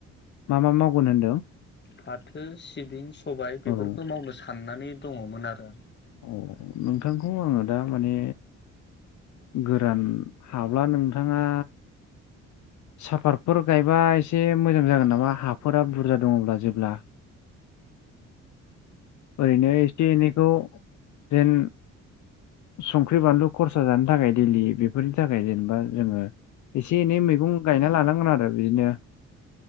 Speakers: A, on the left (about 70°); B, on the left (about 35°).
A: मा मा मावगोन होनदों नोंथां?
B: फाथो सिबिं सबाय बेफोरखौ
A: औ
B: मावनो साननानै दङमोन आरो आरो।
A: अ नोंथांखौ आङो दा माने गोरान हाब्ला नोंथाङा साफातफोर गायबा एसे मोजां जागोन नामा हाफोरा बुरजा दङब्ला जेब्ला? ओरैनो एसे एनैखौ ट्रेन संख्रि बानलु खरसा जानो थाखाय दैलि बेफोरनि थाखाय जेनेबा जोङो एसे एनै मैगं गायना लानांगोन आरो बिदिनो